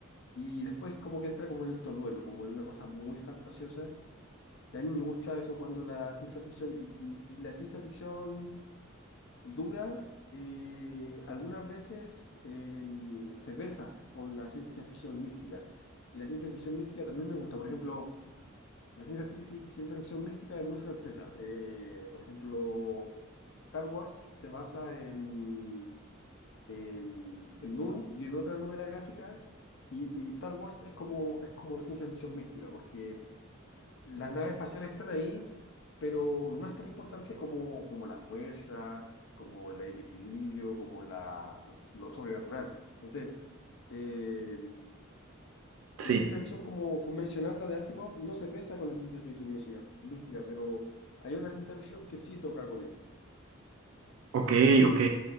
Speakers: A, on the left; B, on the right.
A: y después como que entra como en el tolueno, como en una cosa muy fantasiosa. Y a mí me gusta eso cuando la ciencia ficción y, y- y la ciencia ficción dura eh, algunas veces eh, se besa con la ciencia ficción mística. Y la ciencia ficción mística también me gusta. Por ejemplo, La ciencia fic- ciencia ficción, mística es muy francesa. Eh, por ejemplo, Star Wars se basa en, en, en Dune y en otra novela gráfica. Y, y Star Wars es como, es como ciencia ficción mística, porque las naves espaciales están ahí, pero no es tan importante como, como la fuerza, como la- el equilibrio, como la, lo, lo sobrenatural. Entonces, eh,
B: Sí,
A: la ciencia ficción como convencional, la de Asimov, no se besa con la ciencia ficción mística, mística, pero hay otra ciencia ficción que sí toca con eso.
B: ok, ok.